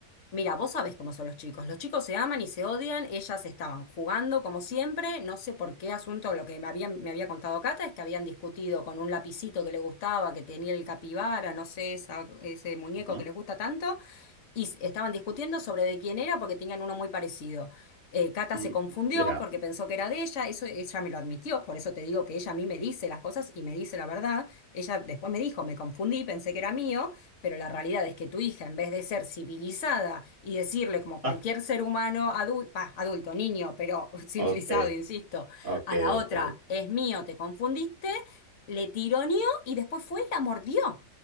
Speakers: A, on the left (about 55°); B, on the right (about 70°).
A: Mira, vos sabés cómo son los chicos. Los chicos se aman y se odian, ellas estaban jugando como siempre, no sé por qué asunto, lo que me habían- me había contado Cata es que habían discutido con un lapicito que le gustaba, que tenía el capibara, no sé, esa- ese muñeco
B: Ujú.
A: que les gusta tanto, y s- estaban discutiendo sobre de quién era porque tenían uno muy parecido. Eh, Cata
B: Mm,
A: se confundió
B: Mira,
A: porque pensó que era de ella, eso ella me lo admitió, por eso te digo que ella a mí me dice las cosas y me dice la verdad. Ella después me dijo, me confundí, pensé que era mío, pero la realidad es que tu hija, en vez de ser civilizada y decirle como cualquier
B: ah,
A: ser humano adulto, adulto, niño, pero <laughs> civilizado,
B: ok,
A: insisto,
B: ok,
A: a la otra,
B: ok.
A: es mío, te confundiste, le tironeó y después fue y la mordió.